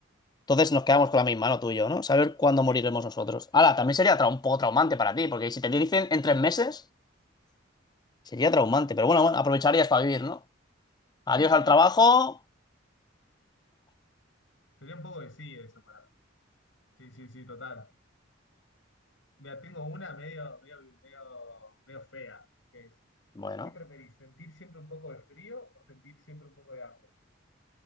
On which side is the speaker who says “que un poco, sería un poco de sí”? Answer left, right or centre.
Left